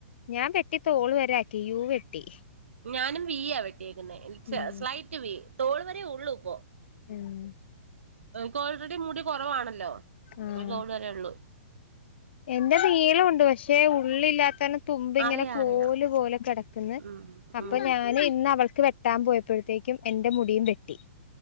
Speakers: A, on the left; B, on the right.
A: ഞാൻ വെട്ടി തോള് വരെയാക്കി യൂ വെട്ടി.
B: ഞാനും വീയാ വെ ട്ടിയേക്കുന്നെ
A: ഉം
B: സ്ലൈറ്റ് വി തോള് വരേ ഉള്ളൂ ഇപ്പോ.
A: ഉം.
B: എനിക്ക് ഓൾറെഡി മുടി കുറവാണല്ലോ.
A: ആഹ്
B: പ്പോൾ തോള് വരേ ഉള്ളൂ.
A: എന്റെ നീളമുണ്ട് പക്ഷേ ഉള്ളില്ലാത്ത തുമ്പ് ഇങ്ങനെ
B: അറിയാം
A: കോല്
B: അറിയാം
A: പോലെ കിടക്കിന്ന്
B: ഉം
A: അപ്പൊ
B: ഉം
A: ഞാന് ഇന്ന് അവൾ വെട്ടാൻ പോയപ്പോഴത്തേക്കും എന്റെ മുടിയും വെട്ടി.